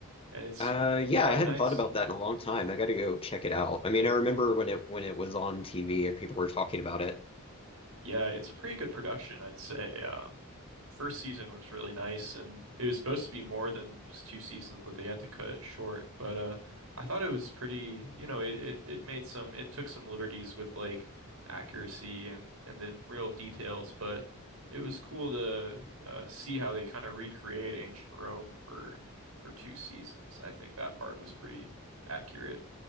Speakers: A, on the right; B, on the left.
A: and it's
B: uh, yeah,
A: quite
B: I hadn't
A: nice.
B: thought about that in a long time. I gotta go check it out. I mean, I remember when it when it was on TV and people were talking about it.
A: Yeah, it's a pretty good production, I'd say. Uh, first season was really nice, and it was supposed to be more than just two seasons, but they had to cut it short. But uh, I thought it was pretty, you know, it, it it made some, it took some liberties with like accuracy and and the real details, but it was cool to uh, see how they kind of recreate ancient Rome for for two seasons. I think that part was pretty accurate.